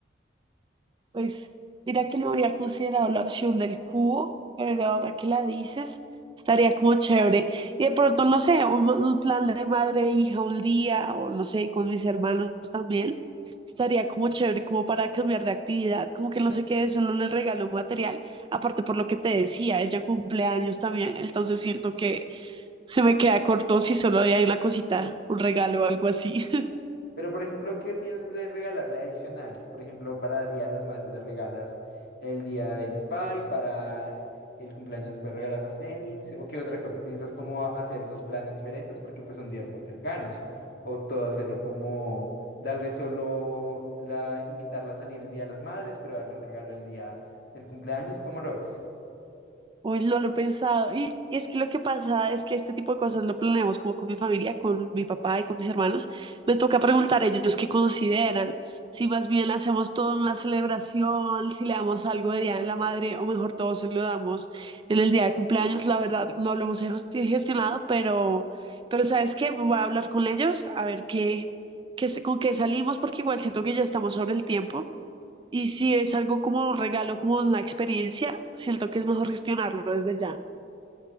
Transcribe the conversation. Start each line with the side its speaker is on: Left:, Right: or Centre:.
Right: Pues mira que no habría considerado la opción del cubo, pero ahora que la dices, estaría como chévere. Y de pronto, no sé, un, un plan de madre e hija un día, o no sé, con mis hermanos también, estaría como chévere, como para cambiar de actividad, como que no se quede solo en el regalo material. Aparte por lo que te decía, ella cumple años también, entonces siento que se me queda corto si solo hay una cosita, un regalo o algo así.
Left: Pero, por ejemplo, ¿qué piensas de regalarle adicional? Si, por ejemplo, para el Día de las Madres le regalas el día del spa y para el cumpleaños les puedes regalar los tenis, ¿o qué otra cosa? ¿Piensas cómo hacer dos planes diferentes porque pues son días muy cercanos? ¿O todo hacerlo como darle solo la, invitarla a salir el Día de las Madres, pero darle un regalo el día del cumpleaños? ¿Cómo lo ves?
Right: Uy, no lo he pensado. Y es que lo que pasa es que este tipo de cosas lo planeamos como con mi familia, con mi papá y con mis hermanos. Me toca preguntar a ellos qué consideran, si más bien hacemos toda una celebración, si le damos algo de Día de la Madre o mejor todo se lo damos en el día de cumpleaños. La verdad, no lo hemos gesti- gestionado, pero, pero ¿sabes qué? Voy a hablar con ellos a ver qué, qué, se- con qué salimos, porque igual siento que ya estamos sobre el tiempo. Y si es algo como un regalo, como una experiencia, siento que es mejor gestionarlo desde ya.